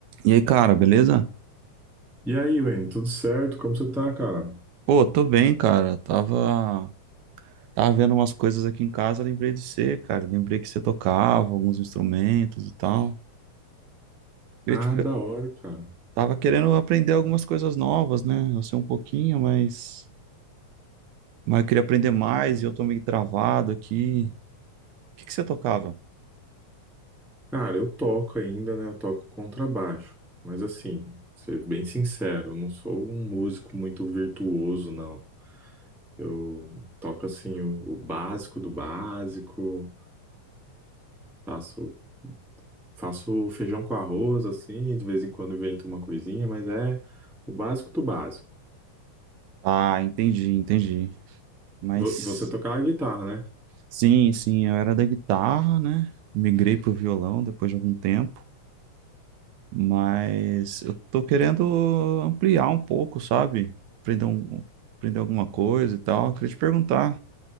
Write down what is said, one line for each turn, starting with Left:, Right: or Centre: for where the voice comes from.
Right: E aí, cara, beleza?
Centre: E aí, Wayne, tudo certo? Como você tá, cara?
Right: Pô, tô bem, cara. Tava, tava vendo umas coisas aqui em casa, lembrei de você, cara. Lembrei que você tocava alguns instrumentos e tal. Eu,
Centre: Ah,
Right: tipo,
Centre: da
Right: eu
Centre: hora, cara.
Right: tava querendo aprender algumas coisas novas, né? Eu sei um pouquinho, mas, mas eu queria aprender mais e eu tô meio travado aqui. O que que você tocava?
Centre: Cara, eu toco ainda, né? Eu toco contrabaixo. Mas assim, ser bem sincero, eu não sou um músico muito virtuoso, não. Eu toco assim o, o básico do básico, faço faço feijão com arroz assim, de vez em quando invento uma coisinha, mas é o básico do básico.
Right: Ah, entendi, entendi. Mas
Centre: Vo- Você tocava guitarra, né?
Right: sim, sim, eu era da guitarra, né? Migrei pro violão depois de algum tempo. Mas eu tô querendo ampliar um pouco, sabe? Aprender, um, aprender alguma coisa e tal. Eu queria te perguntar,